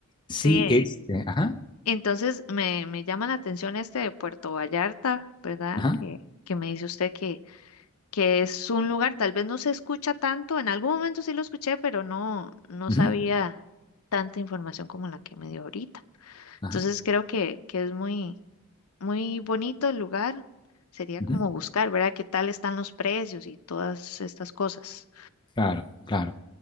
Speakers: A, on the left (about 20°); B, on the left (about 75°).
A: Sí,
B: sí.
A: este, ajá,
B: Entonces me, me llama la atención este de Puerto Vallarta, ¿verdad?
A: ajá,
B: Que, que me dice usted que es un lugar, tal vez no se escucha tanto, en algún momento sí lo escuché, pero no, no
A: ujú,
B: sabía tanta información como la que me dio ahorita.
A: ajá,
B: Entonces creo que, que es muy, muy bonito el lugar. Sería
A: ujú,
B: como buscar, ¿verdad? ¿Qué tal están los precios y todas estas cosas?
A: claro, claro.